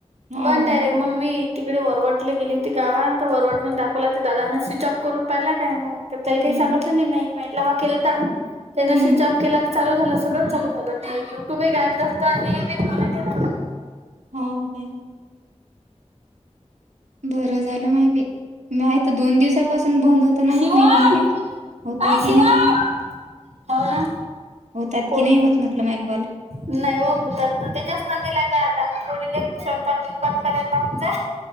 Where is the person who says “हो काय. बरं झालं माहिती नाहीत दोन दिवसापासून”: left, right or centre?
Right